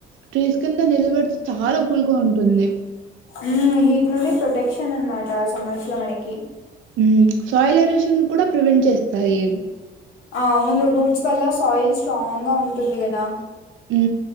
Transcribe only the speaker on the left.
మ్మ్ హీట్ నుండి ప్రొటెక్షన్ అనమాట ఆ సమస్ లో మనకి
ఆ అవును రూట్స్ వల్ల సాయిల్ స్ట్రాంగ్ గా ఉంటుంది కదా